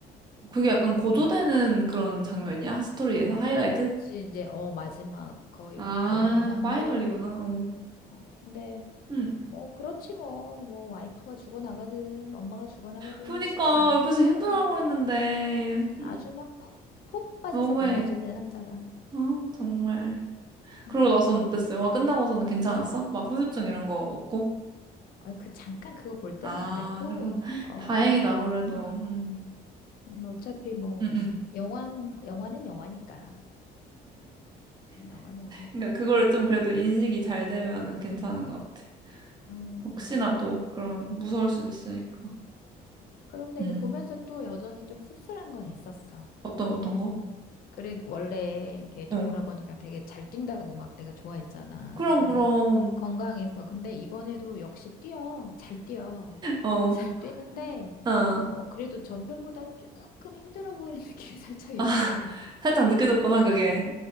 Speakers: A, on the right; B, on the left.
A: 그게 약간 고조되는
B: 뭐
A: 그런 장면이야? 스토리에서
B: 그치
A: 하이라이트?
B: 이제 어 마지막 거의
A: 아,
B: 부분이긴 한데
A: 파이널이구나. 어.
B: 어 근데
A: 음.
B: 뭐 그렇지 뭐 뭐 와이프가 죽어나가든 엄마가 죽어나가든
A: 그니까
B: 신경 안 쓰고
A: 옆에서 힘들어하고 했는데
B: 아주
A: 음,
B: 막 폭, 폭 빠져서
A: 너무해.
B: 본 거지, 새 남자가.
A: 어, 정말. 그러고
B: 음,
A: 나서는 어땠어? 영화 끝나고서는 괜찮았어? 막 후유증 이런 거 없고?
B: 아, 그 잠깐 그거 볼 때만
A: 아,
B: 그랬고,
A: 그래서 <laughs>
B: 어,
A: 다행이다 그래도. 음.
B: 음, 어차피 뭐,
A: 음, 음.
B: 영화, 영화는 영화니까. 영화는 영화니까.
A: 그러니까 그거를 좀 그래도 인식이 잘 되면은 괜찮은 것 같아.
B: 음.
A: 혹시나 또 그런 무서울 수도 있으니까.
B: 그런데
A: 음.
B: 이제 보면서 또 여전히 좀 씁쓸한 건 있었어.
A: 어떤 어떤
B: 음,
A: 거?
B: 그래, 원래 이렇게 톰
A: 어.
B: 오라버니가 되게 잘 뛴다고 막 내가 좋아했잖아.
A: 그럼,
B: 근데
A: 그럼.
B: 건강해서. 근데 이번에도 역시 뛰어. 잘 뛰어. <laughs>
A: 어,
B: 잘 뛰는데,
A: 어.
B: 어, 그래도 전편보다는 조금 힘들어 보이는 <laughs> 느낌이 살짝 있고,
A: 아, <laughs> 살짝 느껴졌구나, 그게.